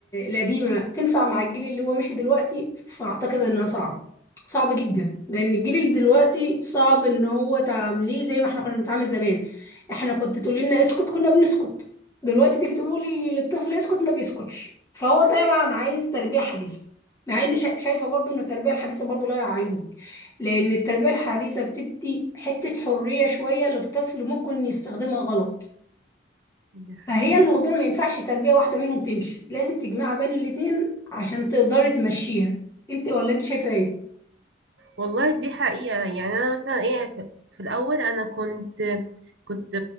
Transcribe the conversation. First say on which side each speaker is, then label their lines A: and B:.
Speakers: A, on the left; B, on the right.
A: القديمة تنفع مع الجيل اللي هو مشي دلوقتي فأعتقد إنها صعب صعب جدا لأن الجيل اللي دلوقتي صعب إن هو تعامليه زي ما احنا كنا بنتعامل زمان احنا كنت تقول لنا اسكت كنا بنسكت دلوقتي تيجي تقولي للطفل اسكت ما بيسكتش فهو
B: مامي،
A: طبعا عايز تربية حديثة مع إن شا- شايفة برضو إن التربية الحديثة برضو لها عيوب لأن التربية الحديثة بتدي حتة حرية شوية للطفل ممكن يستخدمها غلط
B: دي حقيقة
A: فهي الموضوع ما ينفعش تربية واحدة منهم تمشي لازم تجمع بين الاتنين عشان تقدري تمشيها انت ولا انت شايفة ايه
B: والله دي حقيقة يعني انا مثلا ايه في في الاول انا كنت كنت